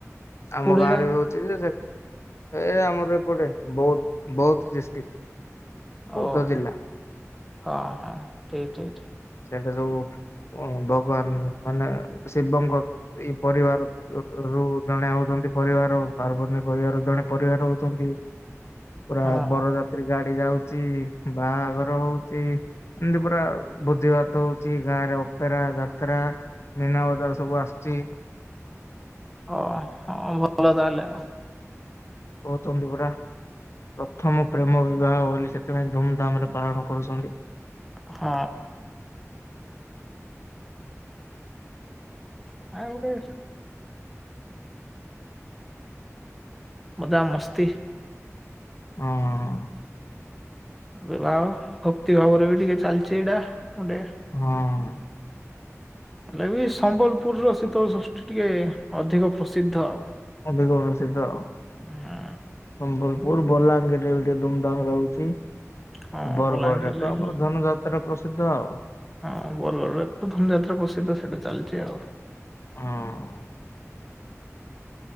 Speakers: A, on the left; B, in the centre.
A: ଆମ
B: କୋଉଠି
A: ଗାଁରେ
B: ଏଇଟା
A: ବି ହଉଛି ଯେ ସେ ଏ ଆମର ଏପଟେ ବୌଦ୍ଧ ବୌଦ୍ଧ ଡିଷ୍ଟିକ୍। ବୌଦ୍ଧ
B: ଓହୋ
A: ଜିଲ୍ଲା।
B: ହଁ ହଁ ଠିକ ଠିକ ଠିକ।
A: ସେ ସବୁ ଭଗବାନ ମାନେ ଶିବଙ୍କ ଇ ପରିବାର ରୁ। ଜଣେ ହଉଛନ୍ତି ପରିବାର ପାର୍ବତୀ ଙ୍କ ପରିବାର ଜଣେ ପରିବାର ହଉଛନ୍ତି। ପୁରା
B: ହଁ
A: ବରଯାତ୍ରୀ ଗାଡ଼ି ଯାଉଛି ବାହାଘର ହଉଛି ଏମିତି ପୁରା ଆଉ। ଭୋଜି ଭାତ ହଉଛି ଗାଁ ରେ ଅପେରା, ଯାତ୍ରା, ମୀନା ବଜାର ସବୁ ଆସୁଚି।
B: ହ ହଁ ଭଲ ତାହେଲେ ଆଉ।
A: କଉଚନ୍ତି ପରା। ପ୍ରଥମ ପ୍ରେମ ବିବାହ ବୋଲି ସେଥିପାଇଁ ଧୁମଧାମରେ ପାଳନ କରୁଛନ୍ତି।
B: ହଁ। <unintelligible> ମଜା ମସ୍ତି।
A: ହଁ।
B: ବିବାହ ଭକ୍ତି ଭାବରେ ବି ଟିକେ ଚାଲିଛି ଏଇଟା। ଗୋଟେ
A: ହଁ।
B: ହେଲେ ବି ସମ୍ବଲପୁରର ଶୀତଳ ଷଷ୍ଠୀ ଟିକେ ଅଧିକ ପ୍ରସିଦ୍ଧ ଆଉ।
A: ଅଧିକ ପ୍ରସିଦ୍ଧ ଆଉ।
B: ହୁଁ
A: ସମ୍ବଲପୁର ବଲାଙ୍ଗୀର ରେ ବି ଟିକେ ଗୋଟେ ଧୁମଧାମ ହଉଛି। ଆଉ
B: ହଁ
A: ବରଗଡ
B: ବଲାଙ୍ଗୀରରେ
A: ରେ ତ ଆମର
B: ବି
A: ଧନୁ ଯାତ୍ରା ଟା ପ୍ରସିଦ୍ଧ ଆଉ।
B: ହଁ ବରଗଡ଼ରେ ତ ଧନୁ ଯାତ୍ରା ପ୍ରସିଦ୍ଧ ସେଇଟା ଚାଲିଛି ଆଉ।
A: ହଁ।